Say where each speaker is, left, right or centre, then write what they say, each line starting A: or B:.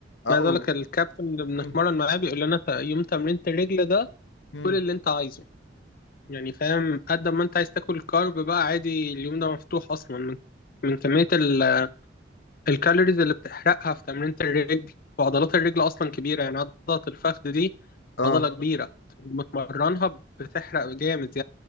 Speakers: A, on the left (about 75°); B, on the left (about 50°).
A: آه،
B: انا عايز اقول لك الكابتن اللي
A: مم.
B: بنتمرن معاه بيقول لنا ت- يوم تمرينة الرجل ده
A: مم.
B: كل اللي انت عايزه يعني فاهم قد ما انت عايز تاكل كارب بقى عادي اليوم ده مفتوح اصلا من من كمية ال- الكالوريز اللي بتحرقها في تمرينة الرجل وعضلات الرجل اصلا كبيرة يعني عضلة الفخذ دي
A: اه
B: عضلة كبيرة لما تمرنها بتحرق جامد